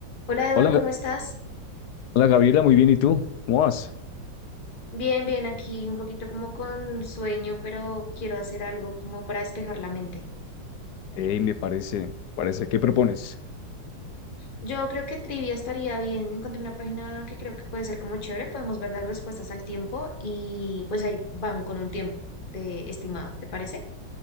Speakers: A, on the left (about 30°); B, on the left (about 70°).
A: Hola Eduard,
B: Hola,
A: ¿cómo
B: Ga-
A: estás?
B: hola Gabriela, muy bien. ¿Y tú? ¿Cómo vas?
A: Bien, bien, aquí un poquito como con sueño, pero quiero hacer algo como para despejar la mente.
B: Ey, me parece, parece. ¿Qué propones?
A: Yo creo que trivia estaría bien. Encontré una página que creo que puede ser como chévere. Podemos ver las respuestas al tiempo y pues ahí van con un tiempo de estimado, ¿te parece?